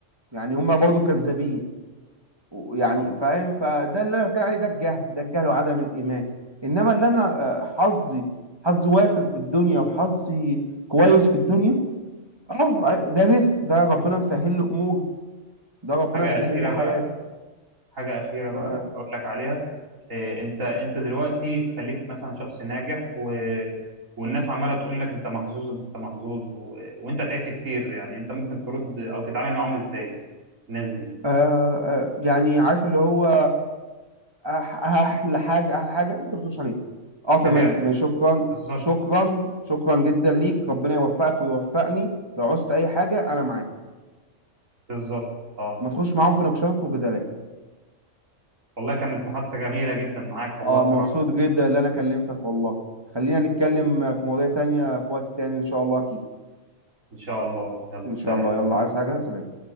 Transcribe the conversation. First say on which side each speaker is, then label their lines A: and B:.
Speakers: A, on the right; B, on the right.
A: يعني هما برضو كذابين يعني
B: طب
A: فاهم فده اللي انا بتكلم عليه ده الجهل ده الجهل وعدم الايمان انما اللي انا آه، حظي حظي وافر في الدنيا وحظي كويس في الدنيا اه ده رزق ده ربنا مسهل له اموري ده ربنا
B: حاجه
A: مسهل
B: اخيره
A: لي حياتي
B: بقى حاجه اخيره
A: تمام
B: بقى اقول لك عليها إيه انت انت دلوقتي خليك مثلا شخص ناجح و... والناس عماله تقول لك انت محظوظ انت محظوظ و... وانت تعبت كتير يعني انت ممكن ترد او تتعامل معاهم ازاي دي الناس دي
A: آه آه يعني عارف اللي هو أح- احلى حاجه احلى حاجه انت ما بتقولش عليها اه تمام
B: تجاهل
A: شكرا
B: بالظبط
A: شكرا شكرا جدا ليك ربنا يوفقك ويوفقني لو عوزت اي حاجه انا معاك
B: بالظبط اه
A: ما تخش معاهم في نقاشات وجدالات
B: والله كانت محادثه جميله جدا معاك والله
A: اه
B: صراحه
A: مبسوط جدا اللي انا كلمتك والله خلينا نتكلم في مواضيع تانية في وقت تاني ان شاء الله اكيد
B: ان شاء الله يلا
A: ان
B: سلام
A: شاء الله يلا عايز حاجة سلام